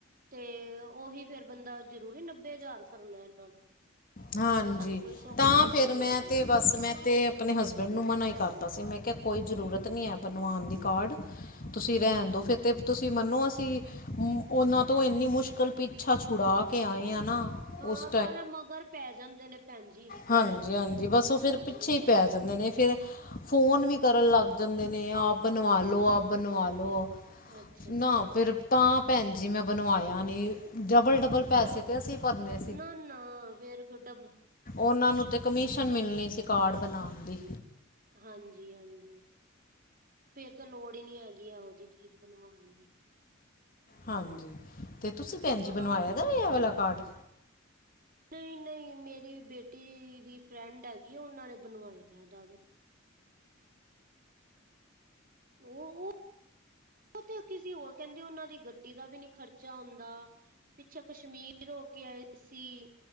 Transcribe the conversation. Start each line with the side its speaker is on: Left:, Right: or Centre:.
Right: ਤੇ ਉਹੀ ਫੇਰ ਬੰਦਾ ਜ਼ਰੂਰੀ ਨੱਬੇ ਹਜ਼ਾਰ ਭਰਨਾ ਇਹਨਾਂ ਨੂੰ
Left: ਹਾਂਜੀ
Right: ਜੇ ਸਾਨੂੰ ਕੋਈ ਸੁੱਖ
Left: ਤਾਂ
Right: ਸੁਵਿਧਾ
Left: ਫੇਰ
Right: ਹੀ ਨਹੀਂ
Left: ਮੈਂ
Right: ਹੈਗੀ
Left: ਤੇ ਬਸ ਮੈਂ ਤੇ ਆਪਣੇ ਹਸਬੈਂਡ ਨੂੰ ਮਨਾ ਈ ਕਰਤਾ ਸੀ ਮੈਂ ਕੇਆ ਕੋਈ ਜ਼ਰੂਰਤ ਨੀ ਐ ਬਣਵਾਨ ਦੀ ਕਾਰਡ ਤੁਸੀਂ ਰੈਂਣ
Right: ਅੱਛਾ-ਅੱਛਾ
Left: ਦੋ ਫਿਰ ਤੇ ਤੁਸੀਂ ਮੰਨੋ ਅਸੀਂ ਉਨਾਂ ਤੋਂ ਇੰਨੀ ਮੁਸ਼ਕਿਲ ਪਿੱਛਾ ਛੁਡਾ ਕੇ ਆਏ ਆ ਨਾ
Right: ਹਾਂ
Left: ਉਸ
Right: ਪਰ ਮਗਰ ਪੈ ਜਾਂਦੇ ਨੇ ਭੈਣ ਜੀ।
Left: ਹਾਂਜੀ-ਹਾਂਜੀ ਬਸ ਓ ਫੇਰ ਪਿੱਛੇ ਈ ਪੈ ਜਾਂਦੇ ਨੇ ਫਿਰ ਫ਼ੋਨ
Right: ਹਮ,
Left: ਵੀ ਕਰਨ ਲੱਗ ਜਾਂਦੇ ਨੇ ਆਪ ਬਣਵਾ ਲੋ,
Right: ਹਾਂਜੀ
Left: ਆ ਬਣਵਾ ਲੋ,
Right: ਅੱਛਾ-ਅੱਛਾ
Left: ਨਾ ਫਿਰ ਤਾਂ ਭੈਣ ਜੀ ਮੈਂ ਬਣਵਾਇਆ ਨੀ ਡਬਲ-ਡਬਲ ਪੈਸੇ
Right: ਹਾਂ
Left: ਤੇ ਅਸੀਂ ਭਰਨੇ।
Right: ਨਾ-ਨਾ ਫੇਰ ਕੀ ਡਬ
Left: ਉਨਾਂ ਨੂੰ ਤੇ ਕਮਿਸ਼ਨ ਮਿਲਣੀ ਸੀ ਕਾਰਡ ਬਣਾਣ ਦੀ।
Right: ਹਾਂਜੀ-ਹਾਂਜੀ, ਫੇਰ ਤਾਂ ਲੋੜ ਈ ਨੀ ਹੈਗੀ ਇਹੋ ਜੀ ਚੀਜ਼ ਬਣਵਾਣ ਦੀ।
Left: ਹਾਂਜੀ ਤੇ ਤੁਸੀਂ ਭੈਣ ਜੀ
Right: ਹਾਂ
Left: ਬਣਵਾਇਆ ਦਾ ਐ ਵਾਲਾ ਕਾਰਡ?
Right: ਨਈਂ-ਨਈਂ ਮੇਰੀ ਬੇਟੀ ਦੀ ਫਰੈਂਡ ਹੈਗੀ ਓਨਾਂ ਨੇ ਬਣਵਾਏ ਐ ਏਦਾਂ ਦੇ। ਓ ਓ ਤੇ ਕਿਸੇ ਹੋਰ ਕਕੈਂਦੇ ਓਨਾਂ ਦੀ ਗੱਡੀ ਦਾ ਵੀ ਨੀਂ ਖਰਚਾ ਆਂਦਾ। ਪਿੱਛੇ ਕਸ਼ਮੀਰ ਹੋ ਕੇ ਆਏ ਸੀ,